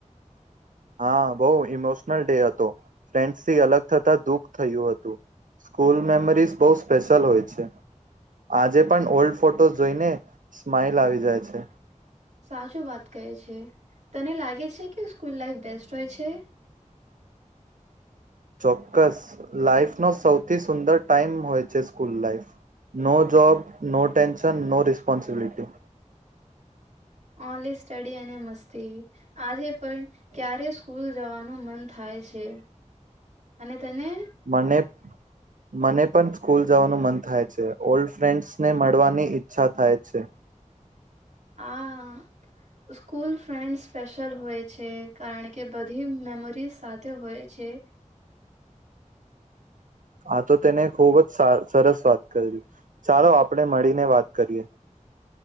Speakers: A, on the right; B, on the right.
A: હા બઉ ઈમોશનલ ડે હતો. ફ્રેન્ડસથી અલગ થતા દુઃખ થયું હતું. સ્કૂલ મેમરીઝ બહુ સ્પેશલ હોય છે. આજે પણ ઓલ્ડ ફોટો જોઈને સ્માઈલ આવી જાય છે.
B: સાચું વાત કહે છે, તને લાગે છે કે સ્કૂલ લાઈફ બેસ્ટ હોય છે?
A: ચોક્કસ લાાઈફનો સૌથી સુંદર ટાઈમ હોય છે school life. No job, no tension, no responsibility.
B: Only study અને મસ્તી આજે પણ ક્યારે સ્કૂલ જવાનું મન થાય છે અને તને
A: મને મને પણ સ્કૂલ જવાનું મન થાય છે, ઓલ્ડ ફ્રેન્ડ્સને મળવાની ઈચ્છા થાય છે.
B: આ સ્કૂલ ફ્રેન્ડ સ્પેશ્યલ હોય છે, કારણ કે બધી મેમરીઝ સાથે હોય છે.
A: હા, તો તેને ખૂબ જ સરસ વાત કરી, ચાલો આપણે મળીને વાત કરીએ.